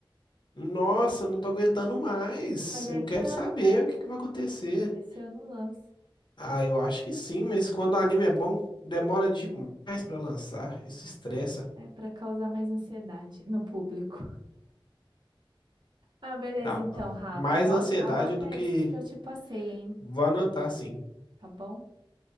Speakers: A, on the left (about 60°); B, on the right (about 60°).
A: Nossa, eu não tô aguentando mais.
B: Mas é
A: Eu
B: esse
A: quero
B: ano,
A: saber
B: né?
A: o que que vai acontecer.
B: Esse ano lança.
A: Ah, eu acho que sim, mas quando o anime é bom, demora demais pra lançar. Isso estressa.
B: É para causar mais ansiedade no público. Ah, beleza,
A: Dá
B: então, Rafa.
A: mais
B: Anota,
A: ansiedade
B: anota
A: do que
B: esses que eu te passei, hein?
A: vou anotar, sim.
B: Tá bom?